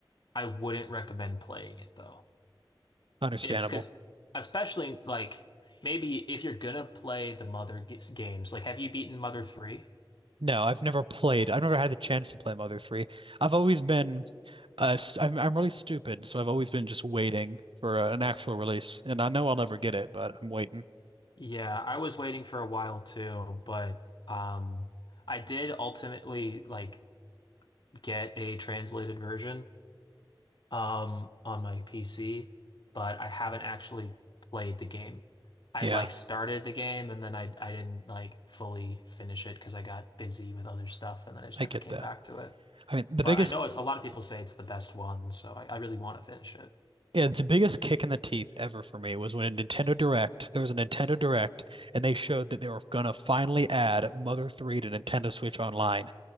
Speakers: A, on the left (about 60°); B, on the right (about 85°).
A: I wouldn't recommend playing it though.
B: Understandable.
A: If, because especially like maybe if you're gonna play the Mother g- games, like have you beaten Mother 3?
B: No, I've never played. I've never had the chance to play Mother 3. I've always been uh s- I'm I'm really stupid, so I've always been just waiting for uh, an actual release and I know I'll never get it, but I'm waiting.
A: Yeah, I was waiting for a while too, but um I did ultimately like get a translated version um on my PC, but I haven't actually played the game. I
B: Yeah,
A: like started the game and then I I didn't like fully finish it because I got busy with other stuff and then I just
B: I
A: never
B: get
A: came
B: that.
A: back to it.
B: I mean, the
A: But
B: biggest
A: I know it's a lot of people say it's the best one, so I, I really want to finish it.
B: yeah, the biggest kick in the teeth ever for me was when a Nintendo Direct, there was a Nintendo Direct and they showed that they were gonna finally add Mother 3 to Nintendo Switch Online,